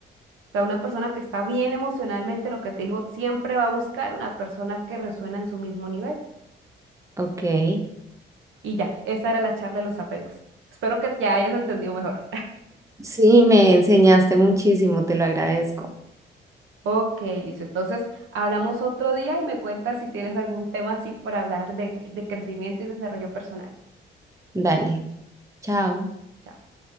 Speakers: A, on the right; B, on the right.
A: O sea, una persona que está bien emocionalmente, lo que te dijo, siempre va a buscar una persona que resuena en su mismo nivel.
B: Ok.
A: Y ya, esa era la charla de los apegos. Espero que ya hayas entendido mejor.
B: Sí, me enseñaste muchísimo, te lo agradezco.
A: Ok, listo. Entonces, hablamos otro día y me cuentas si tienes algún tema así por hablar de, de crecimiento y desarrollo personal.
B: Dale, chao.
A: Chao.